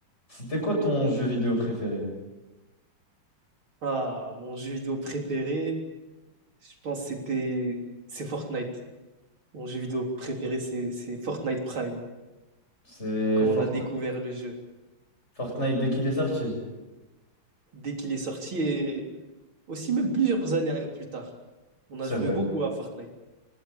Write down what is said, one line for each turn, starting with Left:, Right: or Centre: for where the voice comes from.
Left: C'était quoi ton jeu vidéo préféré?
Right: Ah, mon jeu vidéo préféré, je pense que c'était c'est Fortnite. Mon jeu vidéo préféré, c'est c'est Fortnite Prime,
Left: C'est
Right: quand
Left: Fortnite.
Right: on a découvert le jeu,
Left: Fortnite dès qu'il est sorti.
Right: dès qu'il est sorti et aussi même plusieurs années plus tard. On
Left: C'est
Right: a joué
Left: vrai.
Right: beaucoup à Fortnite.